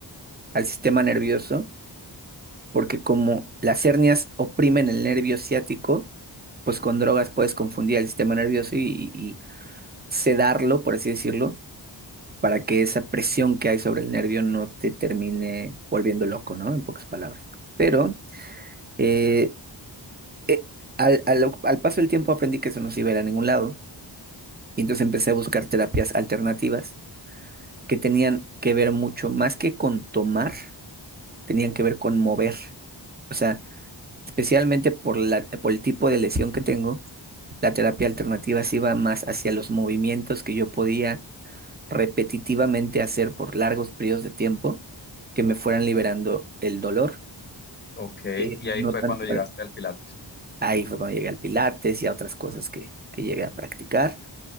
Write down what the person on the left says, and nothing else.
Ok,
y ahí
fue
cuando llegaste al Pilates.